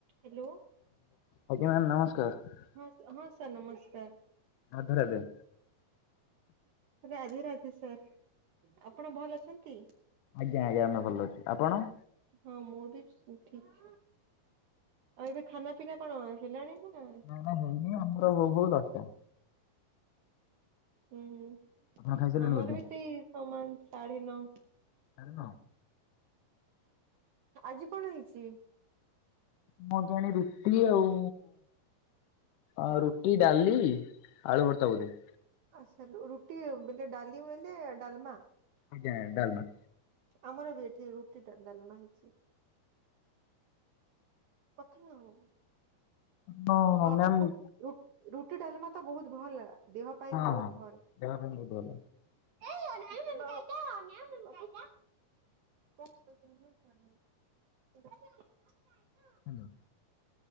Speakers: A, on the right; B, on the left.
A: Hello
B: ଆଜ୍ଞା ma'am ନମସ୍କାର।
A: ହଁ, ହଁ, ସାର୍ ନମସ୍କାର।
B: ରାଧେ ରାଧେ
A: ରାଧେ ରାଧେ ସାର, ଆପଣ ଭଲ ଅଛନ୍ତି?
B: ଆଜ୍ଞା ଆଜ୍ଞା, ଆମେ ଭଲ ଅଛୁ, ଆପଣ?
A: ହଁ ମୁଁ ବି ଠିକ। ଆଉ ଏବେ ଖାନା ପିନା କଣ ହେଲାଣି ନା?
B: ନା ଏଇନା ହେଇନି ଆମର ହୋଉ ହୋଉ ଦଶଟା।
A: ହୁଁ ହୁଁ
B: ଆପଣ ଖାଇସାରିଲେଣି
A: ଆମର
B: ବୋଧେ?
A: ବି ସେଇ ସମାନ ଶାଢେ ନ।
B: ସାଢେ ନ
A: ଆଜି କଣ ହେଇଛି?
B: ମୁଁ ଜାଣି ରୁଟି ଆଉ, ଆ ରୁ ରୁଟି, ଡାଲି, ଆଳୁ ଭର୍ତା ବୋଧେ।
A: ଆଚ୍ଛା ରୁ ରୁଟି ବୋଲେ ଡାଲି ବୋଇଲେ ଡାଲମା।
B: ଆଜ୍ଞା ଡାଲମା।
A: ଆମର ବି ଏଠି ରୁଟି, ଡା ଡାଲମା ହେଇଛି। କଥା କଣ ଆଉ
B: ହଁ
A: ଆପଣ
B: ମ୍ୟାମ୍ ହଁ।
A: କୋ ରୁ ରୁଟି ଡାଲମା ତ ବହୁତ ଭଲ ଦେହ ପାଇଁ
B: ହଁ
A: ବି ବହୁତ ଭଲ୍।
B: ଦେହ ପାଇଁ ବହୁତ ଭଲ।
A: <unintelligible> <inaudible>
B: ହ୍ୟାଲୋ।